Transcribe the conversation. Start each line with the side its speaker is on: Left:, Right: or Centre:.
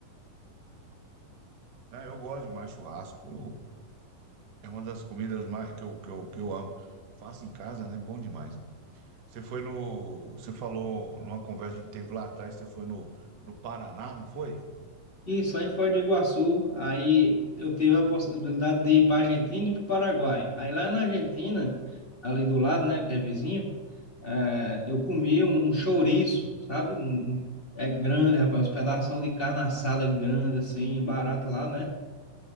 Right: né, eu gosto de mais churrasco, eu- é uma das comidas mais, que eu, que eu, que eu amo. Faço em casa, né? Bom demais. Você foi no. Você falou numa conversa que a gente teve lá atrás, você foi no, no Paraná, não foi?
Left: E só em Foz do Iguaçu, aí eu tive a possibilidade de ir para Argentina e para o Paraguai. Aí lá na Argentina,
Right: Sim.
Left: ali do lado, né, que é vizinho, é, eu comi um, um chouriço, sabe? Um, um- é grande, rapaz, uns pedaços de carne assada grande, assim, barato lá, né?